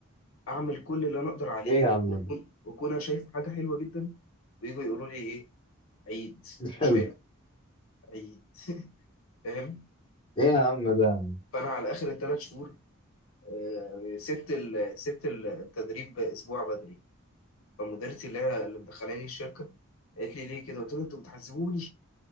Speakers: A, on the left; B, on the left.
A: اعمل كل اللي انا اقدر عليه
B: إيه يا
A: ويكون
B: عم ده
A: واكون انا شايفه حاجه حلوه جدا ويجوا يقولوا لي ايه عيد
B: مش
A: مش
B: حلو
A: حلو عيد فاهم
B: إيه يا عم ده
A: فانا على اخر الثلاث شهور آه، سبت ال- سبت ال- التدريب اسبوع بدري فمديرتي اللي هي اللي مدخلاني الشركه قالت لي ليه كده قلت لها انتوا بتحذبوني